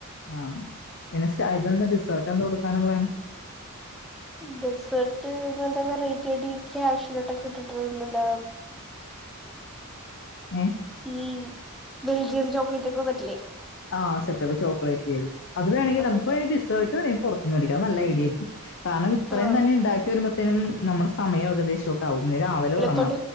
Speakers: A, on the left; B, in the centre.
A: ആഹ പിന്നെ സ്റ്റ ഇതെന്താ ഡിസേർട്ട് എന്താ കൊടുക്കാനാ പ്ലാൻ?
B: ഡെസേർട്ട് നല്ല വെറൈറ്റി ആ ടീ. ക്യാഷൂനട്ടൊക്കെ ഇട്ടിട്ട് നല്ല
A: ഏ
B: ഈ ബെൽജിയം ചോക്ലേറ്റ് ഒക്കെ <unintelligible>
A: ആ സെ ചെല ചോക്ലേറ്റേള്. അത് വേണെങ്കിൽ
B: അങ്ങനത്തെ
A: നമുക്ക് വേണെങ്കി ഡിസേർട്ട് വേണേ പുറത്തുന്ന് വേടിക്കാ. അത് നല്ല ഐഡിയ ആയിരിക്കും. കാരണം ഇത്രയും
B: ആഹ്
A: തന്നെ ഇണ്ടാക്കി വരുമ്പ ത്തിനും നമ്മുടെ സമയം ഏകദേശൊ <unintelligible> ഇന്ന് രാവിലെ തുടങ്ങണം.
B: തൊട്ട്